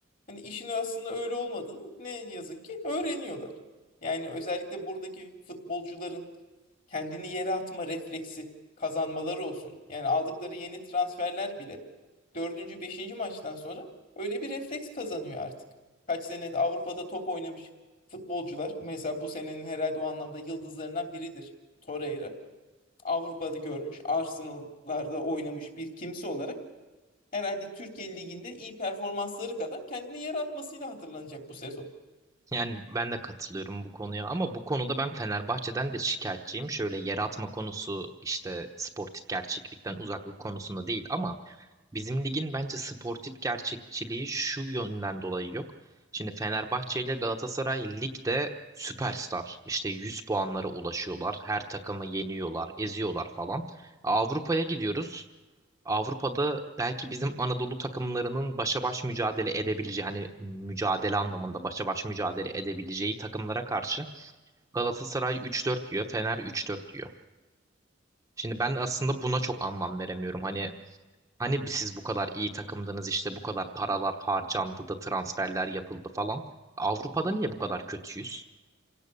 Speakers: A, on the left; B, on the right.
A: hani işin aslında öyle olmadığını ne yazık ki öğreniyorlar. Yani özellikle buradaki futbolcuların kendini yere atma refleksi kazanmaları olsun. Yani aldıkları yeni transferler bile dördüncü, beşinci maçtan sonra öyle bir refleks kazanıyor artık. Kaç sene Avrupa'da top oynamış futbolcular. Mesela bu senenin herhalde o anlamda yıldızlarından biridir Torreira. Avrupa'da görmüş, Arsenal'larda oynamış bir kimse olarak herhalde Türkiye Ligi'nde iyi performansları kadar kendini yere atmasıyla hatırlanacak bu sezon.
B: Yani ben de katılıyorum bu konuya ama bu konuda ben Fenerbahçe'den de şikayetçiyim. Şöyle yer atma konusu işte sportif gerçeklikten uzaklık konusunda değil ama Bizim ligin bence sportif gerçekçiliği şu yönden dolayı yok. Şimdi Fenerbahçe ile Galatasaray ligde süperstar. İşte 100 puanlara ulaşıyorlar. Her takımı yeniyorlar, eziyorlar falan. Avrupa'ya gidiyoruz. Avrupa'da belki bizim Anadolu takımlarının başa baş mücadele edebileceği, hani mücadele anlamında başa baş mücadele edebileceği takımlara karşı Galatasaray 3-4 diyor, Fener 3-4 diyor. Şimdi ben aslında buna çok anlam veremiyorum. Hani Hani siz bu kadar iyi takımdınız işte bu kadar paralar harcandı da transferler yapıldı falan. Avrupa'da niye bu kadar kötüyüz?